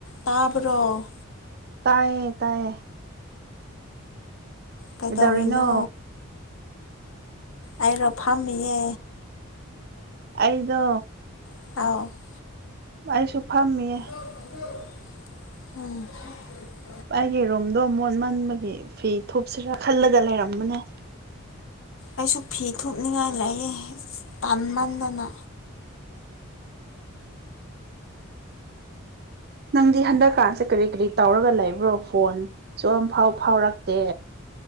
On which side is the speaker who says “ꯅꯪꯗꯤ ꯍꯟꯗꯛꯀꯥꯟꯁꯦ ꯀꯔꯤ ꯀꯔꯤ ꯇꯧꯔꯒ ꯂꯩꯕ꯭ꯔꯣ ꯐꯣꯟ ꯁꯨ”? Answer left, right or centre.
Right